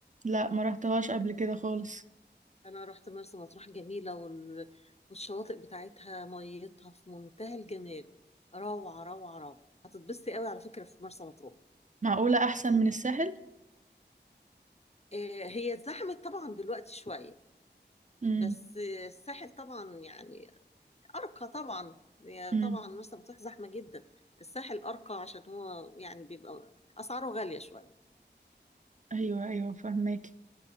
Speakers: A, on the right; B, on the left.
A: لا ما رحتهاش قبل كده خالص
B: انا رحت مرسى مطروح جميله وال... والشواطئ بتاعتها ميتها في منتهى الجمال روعه روعه روعه هتتبسطي قوي على فكره في مرسى مطروح
A: معقولة احسن من الساحل
B: آه، هي اتزحمت طبعا دلوقتي شويه
A: امم
B: بس آه، الساحل طبعا يعني ارقى طبعا هي
A: امم
B: طبعا مرسى مطروح زحمه جدا الساحل ارقى عشان هو يعني بيبقى اسعاره غاليه شويه
A: ايوه ايوه فهمك